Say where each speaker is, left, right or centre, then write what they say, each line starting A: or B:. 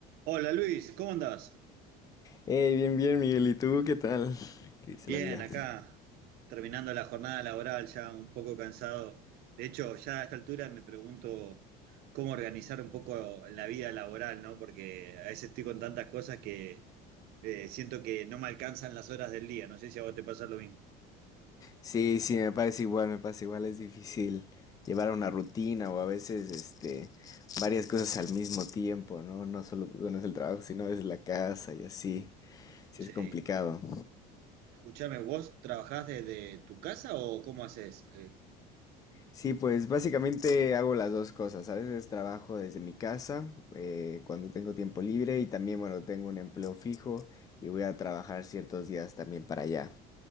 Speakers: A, on the right; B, on the left.
A: Hola Luis, ¿cómo andás?
B: Hey, bien, bien, Miguel. ¿Y tú qué tal? ¿Qué dice
A: Bien,
B: la vida?
A: acá, terminando la jornada laboral, ya un poco cansado. De hecho, ya a esta altura me pregunto cómo organizar un poco la vida laboral, ¿no? Porque a veces estoy con tantas cosas que eh, siento que no me alcanzan las horas del día. No sé si a vos te pasa lo mismo.
B: Sí, sí, me parece igual, me pasa igual. Es difícil llevar una rutina o a veces, este, varias cosas al mismo tiempo, ¿no? No solo no es el trabajo, sino es la casa y así. Sí,
A: Sí.
B: es complicado.
A: Escuchame, ¿vos trabajás desde tu casa o cómo haces? Eh,
B: Sí, pues básicamente hago las dos cosas. A veces trabajo desde mi casa, eh, cuando tengo tiempo libre y también, bueno, tengo un empleo fijo y voy a trabajar ciertos días también para allá.